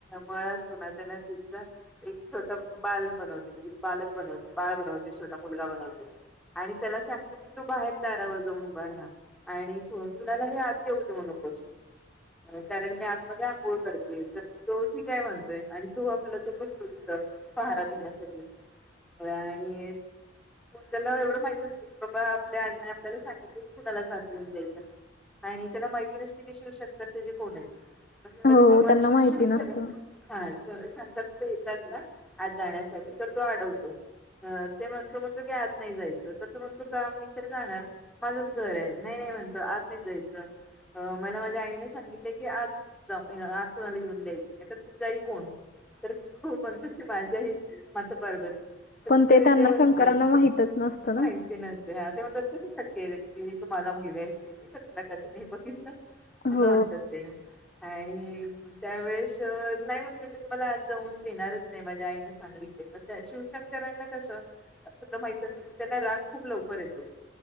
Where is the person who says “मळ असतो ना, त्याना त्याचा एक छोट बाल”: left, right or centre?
Centre